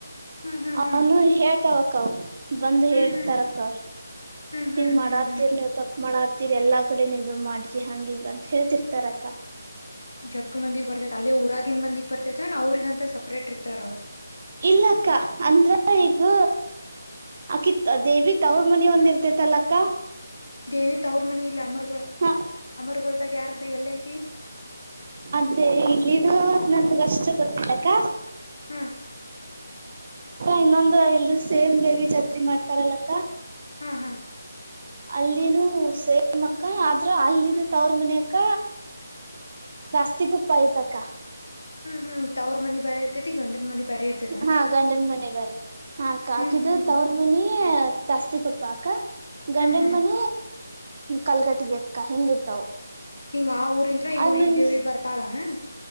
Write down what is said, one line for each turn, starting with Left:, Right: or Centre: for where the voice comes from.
Left: ಹ್ಮ್ ಹ್ಮ್ ಹ್ಮ್
Right: ಅವನು ಹೇಳ್ತಾವಕ್ಕ ಅವ ಬಂದ್
Left: ಹ್ಮ್
Right: ಹೇತಾರಕ
Left: ಹ್ಮ್ ಹ್ಮ್ ಹ್ಮ್
Right: ಹಿಂಗ್ ಮಾಡತ್ತರ್ಲ
Left: ಹ್ಮ್ ಹ್ಮ್
Right: ತಕ್ ಮಾಡ ಇರ್ತೀರಿ ಎಲ್ಲಾ ಕಡೆನ ಇದು ಮಾಡ್ರಿ ಹಂಗ ಹಿಂಗ ಅಂತ ಹೇಳ್ತಿರ್ತಾರಕ್ಕ
Left: ಜಗ್ಗ ಮಂದಿಗ್ ಬರ್ತೇತೆ ಅಲ್ಲೇ ಊರಾಗಿನ್ ಮಂದಿಗ್ ಬರ್ತೇತೆ ಅವ್ರಗಂತ ಸಪ್ರೇಟ್ ಇರ್ತಾರ ಅವ
Right: ಕ್ಕ ಅಂದ್ರ ಹ ಅಕಿ ದೇವಿ ತವ್ರ ಮನಿ ಒಂದ ಇರ್ತೇತಲ್ಲ ಅಕ್ಕ
Left: ದೇವಿ ತ ಅವ್ರ ಮನಿ ಇಲ್ಲ ಅಮರ್ಗಳ
Right: ಹಾ
Left: ಅಮರ್ಗಳದಾಗ ಯಾರ್ದ ಎಲ್ಲ ಐತಿ
Right: ಅದೇ ಇಲ್ಲಿದು ನನ್ಗ ಅಷ್ಟು ಗೊತ್ತಿಲ್ಲಕ್ಕ
Left: ಹಾ
Right: ಇನ್ನೊಂದು ಎಲ್ರು ಸೇಮ್ ದೇವಿ ಜಾತ್ರೆ ಮಾಡ್ತಾರಲ್ಲಕ್ಕ
Left: ಹಾ ಹಾ
Right: ಅಲ್ಲಿನು ಸೇಮಕ್ಕ ಆದ್ರ ಅಲ್ಲಿದ್ದ ತ ಅವ್ರ ಮನಯಕ್ಕ ನಾಸ್ತಿಗೂ ಪಾಯ ತಕ
Left: ಹ್ಮ್ ಹ್ಮ್ ತ ಅವ್ರ ಮಿ ಬರ ಇರ್ತತಿ ಮಾಡಿಯರ್ತದೆ
Right: ಹಾ ಗಂಡನ ಮನೆ ಬರತ್ತ ಆ ಕಾಕಿದು
Left: ಹ್ಮ್ ಹ್ಮ್
Right: ತವರ್ ಮನಿ ದಾಸ್ತಿಕಪ್ಪ ಅಕ್ಕ
Left: ಹ್ಮ್
Right: ಗಂಡನ
Left: ಹ್ಮ್
Right: ಮನ ಕಲ್ಗಟ್ಟಗಿ ಅಕ್ಕ ಹಿಂಗಿರ್ತಾವ
Left: ಹಿಂಗ ಆ ಊರಿಂತ್ರ ಇವಊ್ರ
Right: ಅದ ನನ್
Left: ದೇವ್ರಿಗೆ ಬರ್ತಾಳಾನ